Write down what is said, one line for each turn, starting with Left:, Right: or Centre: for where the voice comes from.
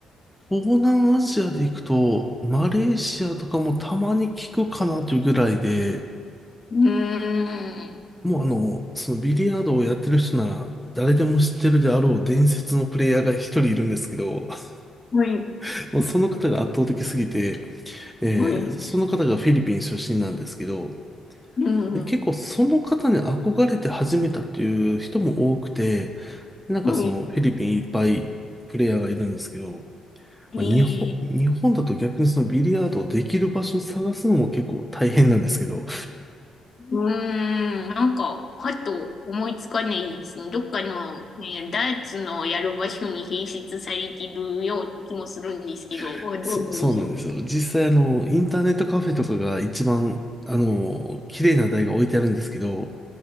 Centre: 東南アジアで行くと、マレーシアとかもたまに聞くかなというぐらいで、
Left: うーん。
Centre: もうあの、そのビリヤードをやってる人なら、誰でも知ってるであろう伝説のプレイヤーが一人いるんですけど、<laughs>
Left: はい、
Centre: もうその方が圧倒的すぎて、えーその方がフィリピン出身なんですけど、
Left: はい、うん、
Centre: で、結構その方に憧れて始めたっていう人も多くて、なんかそのフィリピンいっぱいプレイヤーがいるんですけど、
Left: はい。え
Centre: まあ日本、日本だと逆にそのビリヤードをできる場所を探すのも結構大変なんですけど、
Left: ー、うーん、なんか、パッと思いつかないですね。どっかの、ね、ダーツのやる場所に併設されているような気もするんですけど、
Centre: <laughs>
Left: あどうなんでしょ
Centre: そ、そうなんですよ。実際あの、インターネットカフェとかが一番、あの、綺麗な台が置いてあるんですけど、